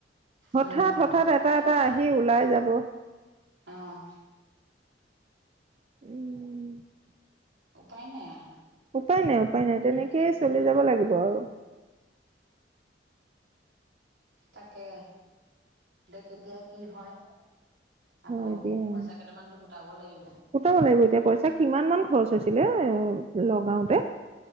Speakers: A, on the right; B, on the right.
A: হঠাৎ
B: অ
A: হঠাৎ
B: মানুহৰ
A: এটা
B: বেমাৰ
A: এটা
B: আজাৰ
A: আহি
B: ইটো
A: ওলাই
B: পিছে
A: যাব।
B: অ',
A: <unintelligible>
B: উপায় নাই আ
A: উপায় নাই উপায় নাই তেনেকেই চলি যাব লাগিব আৰু।
B: তাকে দে কেতিয়া কি হয়। আকৌ
A: হয় দিয়া।
B: পইচা কেইটামানটো গোটাব লাগিব।
A: গোটাব লাগিব এতিয়া। পইচা কিমান মান খৰচ হৈছিলে এ লগাওঁতে?